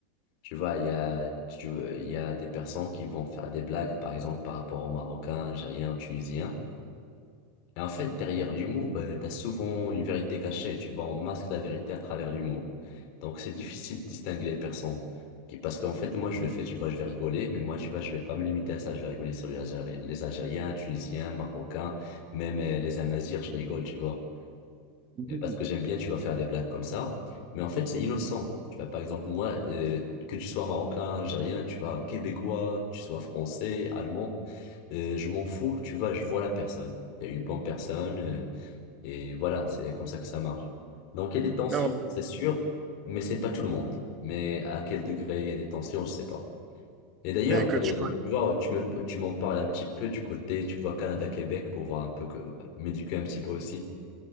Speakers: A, on the left; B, on the right.
A: Tu vois, il y a, tu, il y a des personnes qui vont faire des blagues, par exemple, par rapport aux Marocains, Algériens ou Tunisiens. Et en fait, derrière l'humour, euh, t'as souvent une vérité cachée, tu vois, on masque la vérité à travers l'humour. Donc c'est difficile de distinguer les personnes. Qui- Parce qu'en fait, moi je le fais, tu vois, je vais rigoler, mais moi, tu vois, je vais pas me limiter à ça. Je vais rigoler sur les Algéri- les Algériens, Tunisiens, Marocains, même euh, les Amazirs, je rigole, tu vois.
B: Mhm.
A: Et Parce que j'aime bien, tu vas faire des blagues comme ça. Mais en fait, c'est innocent. Tu vois, par exemple, moi, euh, que tu sois marocain, algérien, tu vois, québécois, que tu sois français, allemand, euh, je m'en fous. Tu vois, je vois la personne. T'es une bonne personne. euh, et voilà, c'est comme ça que ça marche. Donc, il y a des tensions,
B: Ah ouais.
A: c'est sûr, mais c'est pas tout le monde. Mais à quel degré il y a des tensions, je sais pas. Et d'ailleurs,
B: Mais écoute,
A: euh,
B: je
A: tu vois, tu me, tu m'en parles un petit peu du côté, tu vois, Canada-Québec pour voir un peu que, m'éduquer un petit peu aussi.